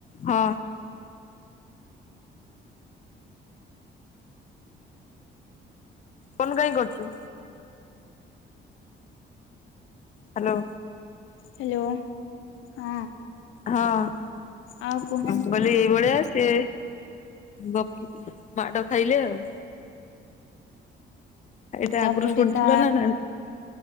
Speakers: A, on the left; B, on the left.
A: ହଁ। ଫୋନ କାଇଁ କରୁଚୁ? ହ୍ୟାଲୋ।
B: ହ୍ୟାଲୋ। ହଁ।
A: ହଁ ମୁଁ
B: ଆଉ କୁହନ୍ତୁ
A: କହିଲି ଏ ଭଳିଆ ସେ ଗ ମାଡ ଖାଇଲେ ଆଉ ଏଇଟା
B: ତାପରେ
A: ଆଗରୁ ଶୁଣିଥିଲ
B: ତା
A: ନା ନାଇଁ